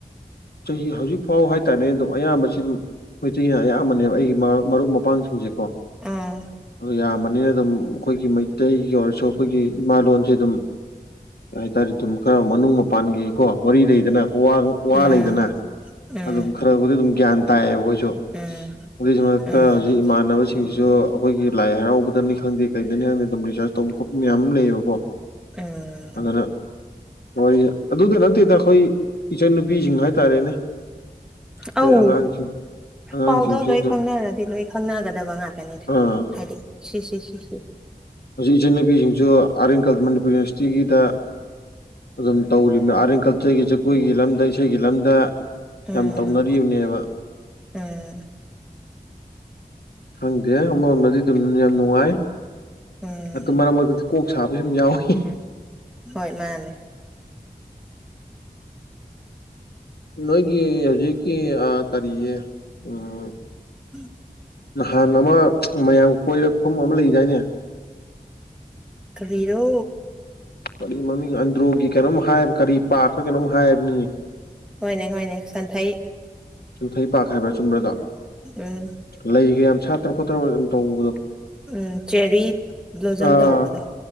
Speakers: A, on the left (about 85°); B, in the centre.
A: ꯆꯍꯤ ꯍꯧꯖꯤꯛ ꯐꯥꯎ ꯍꯥꯏꯇꯥꯔꯦꯅꯦ ꯑꯗꯨꯝ ꯑꯌꯥꯝꯕꯁꯤ ꯑꯗꯨꯝ ꯃꯩꯇꯩꯅ ꯑꯌꯥꯝꯕꯅꯦꯕ ꯑꯩꯒꯤ ꯃꯔ ꯃꯔꯨꯞ ꯃꯄꯥꯡꯁꯤꯡꯁꯦ ꯣ
B: ꯎꯝ ꯎꯝ
A: ꯑꯗꯨ ꯌꯥꯝ ꯅꯤꯅ ꯑꯗꯨꯝ ꯑꯩꯈꯣꯏꯒꯤ ꯃꯩꯇꯩꯒꯤ ꯑꯣꯏꯔꯁꯨ ꯑꯩꯈꯣꯏꯒꯤ ꯏꯃꯥ ꯂꯣꯟꯁꯦ ꯑꯗꯨꯝ ꯀꯩ ꯍꯥꯏꯇꯥꯔꯦ ꯑꯗꯨꯨꯝ ꯈꯔ ꯃꯅꯨꯡ ꯃꯄꯥꯟꯒꯤꯀꯣ ꯋꯥꯔꯤ ꯂꯩꯗꯅ ꯋꯥ
B: ꯎꯝ
A: ꯂꯩꯗꯅ
B: ꯎꯝ
A: ꯑꯗꯨꯝ ꯈꯔꯕꯨꯗꯤ ꯑꯗꯨꯝ ꯒ꯭ꯌꯥꯟ ꯇꯥꯏꯌꯦ ꯑꯩꯈꯣꯏꯁꯨ
B: ꯎꯝ
A: ꯑꯗꯨꯏꯁꯨ ꯃꯔꯛꯇ
B: ꯎꯝ
A: ꯍꯧꯖꯤꯛ ꯏꯃꯥꯟꯅꯕꯁꯤꯡꯁꯤꯁꯨ ꯑꯩꯈꯣꯏꯒꯤ ꯂꯥꯏ ꯍꯔꯥꯎꯕꯗꯅꯤ ꯈꯪꯗꯦ ꯀꯩꯗꯅꯤ ꯈꯪꯗꯦ ꯑꯗꯨꯝ ꯔꯤꯁꯥꯔꯁ ꯇꯧꯕ ꯈꯣꯠꯄ ꯃꯌꯥꯝ ꯑꯃ ꯂꯩꯌꯦꯕꯀꯣ
B: ꯎꯝ
A: ꯑꯗꯨꯅ ꯋꯥꯔꯤ ꯑꯗꯨꯗ ꯅꯠꯇꯦꯗ ꯑꯩꯈꯣꯏ ꯏꯆꯟꯅꯨꯄꯤꯁꯤꯡ ꯍꯥꯏ ꯀꯔꯤꯅꯦ ꯑꯩꯈꯣꯏ
B: ꯑꯧ
A: ꯑꯉꯥꯡꯁꯤꯡ ꯑꯉꯥꯡꯁꯤꯡꯁꯨ
B: ꯄꯥꯎꯗꯣ ꯂꯣꯏ
A: ꯑꯗꯨ
B: ꯈꯪꯅꯔꯗꯤ ꯂꯣꯏ ꯈꯪꯅꯒꯗꯕ ꯉꯥꯛꯇꯅꯤ
A: ꯑꯥ
B: ꯍꯥꯏꯗꯤ ꯁꯤ ꯁꯤ ꯁꯤ ꯁꯤ
A: ꯍꯧꯖꯤꯛ ꯏꯆꯟꯅꯨꯄꯤꯁꯤꯡꯁꯨ ꯑꯥꯔꯠ ꯑꯦꯟ ꯀꯜꯆꯔ ꯃꯅꯤꯄꯨꯔ ꯌꯨꯅꯤꯚꯔꯁꯤꯇꯤꯒꯤꯗ ꯑꯗꯨꯝ ꯇꯧꯔꯤꯕꯅꯤ ꯑꯥꯔꯠ ꯑꯦꯟ ꯀꯜꯆꯔꯒꯤ ꯖꯒꯣꯏꯒꯤ ꯂꯝꯗ ꯏꯁꯩꯒꯤ ꯂꯝꯗ
B: ꯎꯝ
A: ꯌꯥꯝ ꯇꯧꯅꯔꯤꯕꯅꯦꯕ
B: ꯎꯝ
A: ꯈꯪꯗꯦ ꯑꯃꯔꯣꯝꯗꯗꯤ ꯑꯗꯨꯝ ꯌꯥꯝ ꯅꯨꯡꯉꯥꯏ
B: ꯎꯝ
A: ꯑꯗꯨ ꯃꯔꯛ ꯃꯔꯛꯇꯗꯤ ꯀꯣꯛ ꯁꯥꯕꯁꯨ ꯑꯗꯨꯨꯝ ꯌꯥꯎꯏꯤ
B: ꯍꯣꯏ ꯃꯥꯅꯦ
A: ꯅꯣꯏꯒꯤ ꯍꯧꯖꯤꯛꯀꯤ ꯀꯔꯤꯁ ꯎꯝ
B: ꯎꯝ
A: ꯅꯍꯥꯟ ꯑꯃ ꯃꯌꯥꯝ ꯀꯣꯏꯔ ꯐꯐꯝ ꯑꯃ ꯂꯩꯗꯥꯏꯅꯦ
B: ꯀꯔꯣ
A: ꯀꯔꯤ ꯃꯃꯤꯡ ꯑꯟꯗ꯭ꯔꯣꯒꯤ ꯀꯩꯅꯣꯝ ꯍꯥꯏꯕ ꯀꯔꯤ ꯄꯥꯛꯈ ꯀꯩꯅꯣꯝ ꯍꯥꯏꯕꯅꯤ
B: ꯍꯣꯏꯅꯦ ꯍꯣꯏꯅꯦ ꯁꯟꯊ
A: ꯌꯨꯝꯊꯩ ꯄꯥ ꯍꯥꯏꯕ꯭ꯔꯥ ꯆꯨꯝꯕ꯭ꯔꯗꯣ
B: ꯎꯝ
A: ꯂꯩꯒ ꯌꯥꯝ ꯁꯥꯠꯇꯅ ꯈꯣꯠꯇꯅ ꯑꯗꯨ ꯇꯧꯕꯗꯣ
B: ꯎꯝ ꯆꯦꯔꯤ ꯕ꯭ꯂꯣꯖꯝ
A: ꯑꯥ
B: ꯇꯧꯕꯗꯣ